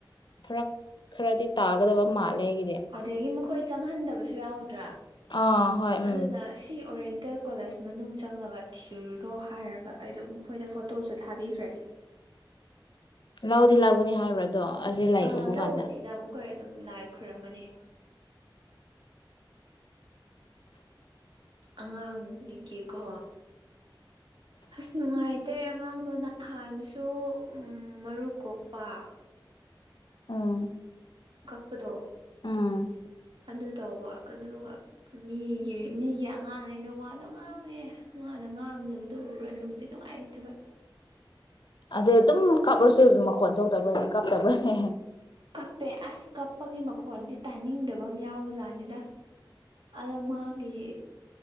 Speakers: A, on the left (about 60°); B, on the right (about 65°).
A: ꯐꯔꯛ ꯈꯔꯗꯤ ꯇꯥꯒꯗꯕ ꯃꯥꯜꯂꯦ ꯑꯩꯒꯤꯗꯤ
B: ꯑꯗꯒꯤ ꯃꯈꯣꯏ ꯆꯪꯍꯟꯗꯕꯁꯨ ꯌꯥꯎꯗ꯭ꯔꯥ
A: ꯑꯥ ꯍꯣꯏ ꯎꯝ
B: ꯑꯗꯨꯅ ꯁꯤ ꯑꯣꯔꯦꯟ ꯏꯁꯦꯜ ꯀꯣꯂꯦꯖ ꯃꯅꯨꯡ ꯆꯪꯉꯒ ꯊꯤꯔꯨꯔꯣ ꯍꯥꯏꯔꯒ ꯑꯩꯗꯣ ꯃꯈꯣꯏꯗ ꯐꯣꯇꯣꯁꯨ ꯊꯥꯕꯤꯈ꯭ꯔꯦ
A: ꯂꯥꯛꯑꯣꯗꯤ ꯂꯥꯛꯕꯨꯅꯦ ꯍꯥꯏꯕ꯭ꯔ ꯑꯗꯣ ꯑꯁꯤ ꯂꯩ
B: ꯑ
A: ꯎꯕ ꯀꯥꯟꯗ
B: ꯂꯧꯧꯕꯅꯤꯗ ꯑꯃꯨꯛ ꯍꯣꯏꯔ ꯑꯗꯨꯝ ꯂꯥꯏ ꯈꯔꯝꯒꯅꯤ ꯑꯉꯥꯡꯗꯒꯤꯀꯣ ꯑꯁ ꯅꯨꯡꯉꯥꯏꯇꯦ ꯑꯉꯥꯡꯗꯣ ꯅꯍꯥꯟꯁꯨ ꯃꯔꯨ ꯀꯣꯛꯄ
A: ꯎꯝ
B: ꯀꯗꯣ
A: ꯎꯝ
B: ꯑꯗꯨꯗ ꯇꯧꯕ ꯑꯗꯨꯒ ꯃꯤꯒꯤ ꯃꯤꯒꯤ ꯑꯉꯥꯡꯉꯩꯩꯅ ꯋꯥꯗꯣ ꯉꯥꯡꯉꯦ ꯃꯥꯅ ꯉꯥꯡꯗꯕꯗꯣ ꯎꯔ ꯅꯨꯡꯗꯤ ꯅꯨꯡꯉꯥꯏꯇꯕ
A: ꯑꯗ ꯑꯗꯨꯝ ꯀꯥꯞꯂꯁꯨ ꯑꯗꯨꯝ ꯃꯈꯣꯟ ꯊꯣꯛꯇꯕ꯭ꯔꯥꯅ ꯀꯥꯞꯇꯕ꯭ꯔꯥꯅꯦ
B: ꯀꯞꯄꯦ ꯑꯁ ꯀꯞꯄꯒꯤ ꯃꯈꯣꯟꯗꯤ ꯇꯥꯅꯤꯡꯗꯕ ꯐꯕ ꯌꯥꯎꯕꯖꯥꯠꯅꯤꯗ ꯑꯗ ꯃꯥꯒꯤ